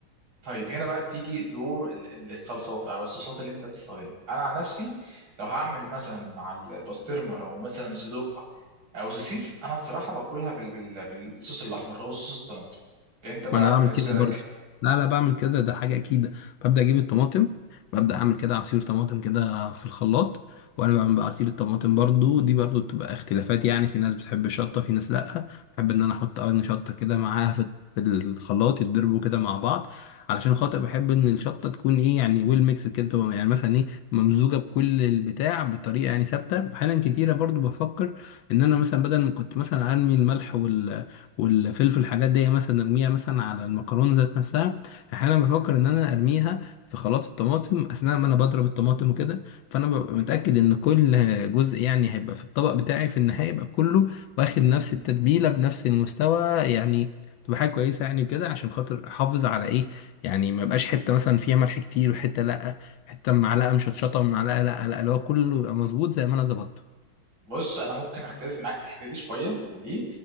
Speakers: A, on the right (about 75°); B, on the left (about 75°).
A: طيب هنا بقى بتيجي دور ال- ال- الصلصات او الصوصات اللي انت بتستخدمها انا عن نفسي لو هعمل مثلا مع البسطرمه او مثلا صدق او سوسيس انا الصراحه باكلها بال- بال- بالصوص الاحمر هو صوص الطماطم انت بقى
B: ما انا بعمل
A: بالنسبه
B: كده برضو
A: لك
B: لا لا بعمل كده ده حاجه اكيده ببدا اجيب الطماطم ببدا اعمل كده عصير طماطم كده في الخلاط وانا بعمل بقى عصير الطماطم برضو دي برضو بتبقى اختلافات يعني في ناس بتحب الشطه في ناس لا بحب ان انا احط قرن شطه كده معاها في في الخلاط يتضربوا كده مع بعض علشان خاطر بحب ان الشطه تكون ايه يعني ويل ميكس كده تبقى يعني مثلا ايه ممزوجه بكل البتاع بطريقه يعني ثابته احيانا كتيره برضو بفكر ان انا مثلا بدل ما كنت مثلا ارمي الملح وال والفلفل الحاجات دي مثلا ارميها مثلا على المكرونه ذات نفسها احيانا بفكر ان انا ارميها في خلاط الطماطم اثناء ما انا بضرب الطماطم وكده فانا ببقى متاكد ان كل جزء يعني هيبقى في الطبق بتاعي في النهايه يبقى كله واخد نفس التتبيله بنفس المستوى يعني تبقى حاجه كويسه يعني كده عشان خاطر احافظ على ايه يعني ما يبقاش حته مثلا فيها ملح كتير وحته لا حته معلقه مشطشطه معلقه لا لا اللي هو كله يبقى مظبوط زي ما انا ظبطته
A: بص انا ممكن اختلف معاك في الحته دي شويه ليه